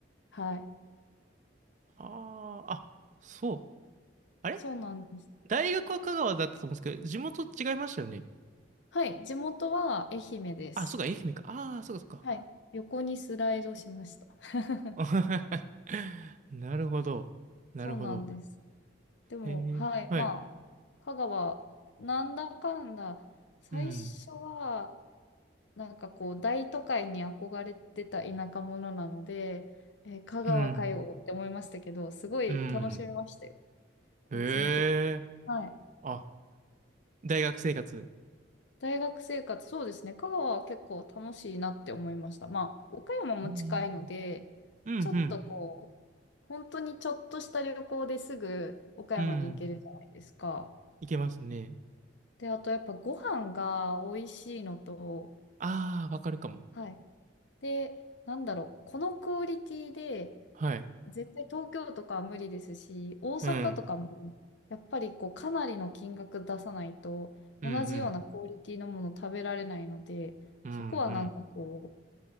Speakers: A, on the left; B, on the right.
A: はい。
B: ああ、あ、そう。あれ
A: そうなんです。
B: 大学は香川だったと思うんですけど、地元違いましたよね。
A: はい、地元は愛媛です。
B: あ、そうか、愛媛か。ああ、そうか、そうか。
A: はい、横にスライドしました。<laughs>
B: <laughs> なるほど。なるほど。
A: そうなんです。でも、
B: へえ、
A: はい、
B: はい。
A: まあ、香川、なんだかんだ、最初は、
B: うん。
A: なんかこう、大都会に憧れてた田舎者なので、えー香川かよって思いましたけど、
B: うん。
A: すごい楽しめましたよ、
B: うん。
A: 個人的に。
B: へえ。
A: はい
B: あ、大学生活。
A: 大学生活、そうですね。香川は結構楽しいなって思いました。まあ、岡山も近いので、
B: うん。うん、
A: ちょっとこう、
B: うん。
A: 本当にちょっとした旅行ですぐ岡山に行けるじゃないですか。
B: うん。いけますね。
A: で、あとやっぱご飯が美味しいのと、
B: ああ、わかるかも。
A: はい。で、なんだろう、このクオリティで
B: はい。
A: 絶対東京とかは無理ですし、大阪とかもやっぱりこうかなりの金額出さないと同じようなクオリティのもの食べられないので、
B: うん。うん、うん。うん、
A: そこはなんかこう、
B: うん。